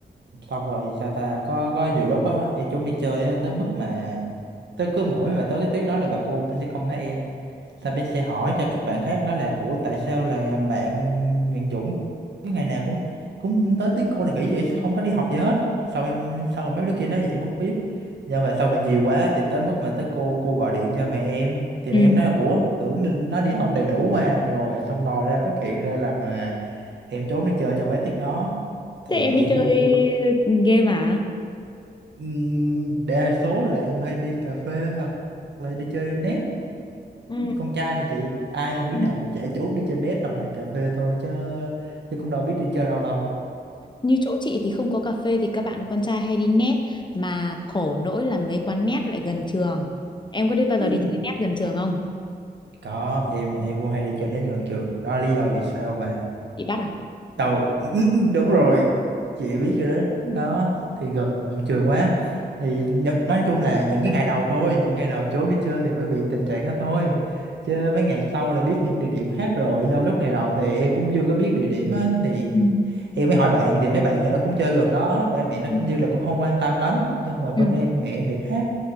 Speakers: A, on the right; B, on the left.
A: xong rồi sao ta có có nhiều lúc á em trốn đi chơi á, tới mức mà tới cứ mỗi mà tới cái tuyến đó là bà cô bà sẽ không nói em sao bé sẽ hỏi cho các bạn khác nói là ủa tại sao là bạn bạn Dũng cái ngày nào cũng cũng tới tiết cô là nghỉ vậy sao không có đi học gì hết sao em sao mà mấy đứa kia nói vậy em không biết nhưng mà sau mà nhiều quá thì tới mức mà tới cô cô gọi điện cho mẹ em thì
B: Ừ.
A: mẹ em nói ủa tưởng nó đi học đầy đủ mà rồi xong lòi ra phát hiện ra là, là em trốn đi chơi trong mấy tiết đó thì
B: thế em
A: mẹ
B: đi
A: em
B: chơi
A: cũng kiểu
B: game à
A: "Ừm, đa số là em hay đi cà phê hoặc là đi chơi net
B: Ừ.
A: con trai mà chị ai đứa
B: Ừ.
A: nào cũng trẻ trốn đi chơi net hoặc là cà phê thôi chứ chứ cũng đâu biết đi chơi đâu đâu
B: như chỗ chị thì không có cà phê thì các bạn con trai hay đi net mà khổ nỗi là mấy quán net lại gần trường em có đi bao giờ
A: <clears throat>
B: đi chơi net gần trường không
A: có em em cũng hay đi chơi net gần trường đó là lý do vì sao mà
B: bị bắt à
A: tao <laughs> đúng rồi chị biết rồi đó đó thì gần, gần trường quá thì nhận, nói chung là những cái ngày đầu thôi những ngày đầu trốn đi chơi thì mới bị tình trạng đó thôi chứ mấy ngày sau là biết những địa điểm khác rồi do lúc ngày đầu thì em cũng chưa có biết địa điểm á thì
B: Ừ.
A: em mới hỏi bạn thì mấy bạn này nó cũng chơi gần đó ba mẹ nó cũng
B: Ừ.
A: như là cũng không quan tâm lắm nhưng mà bên
B: Ừ.
A: em mẹ em thì khác